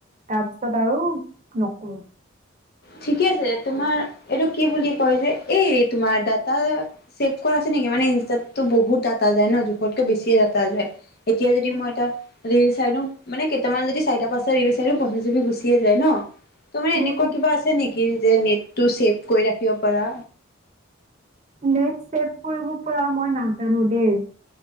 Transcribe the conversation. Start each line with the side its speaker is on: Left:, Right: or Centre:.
Right: তাৰপিছত আৰু নকৰো।
Left: ঠিকে আছে তোমাৰ এইটো কি বুলি কয় যে, এই তোমাৰ ডাটা ছেভ কৰাছে নেকি? মানে ইনষ্টাতটো বহুত ডাটা যায় ন, জোখতকৈ বেছিয়ে ডাটা যায়। এতিয়া
Right: উম,
Left: যদি মই এটা ৰিল চাইডো, মানে কেইটামান যদি চাৰিটা পাচ ৰিল চাইডো, পচিছ জিবি গুচিয়ে যায় ন? তুমি এনেকুৱা
Right: উম,
Left: কিবা আ <unintelligible> যে নেটটো ছেভ কৰি ৰাখিব পাৰা।
Right: নেট চেভ কৰিব পৰা মই নাজানো দেই,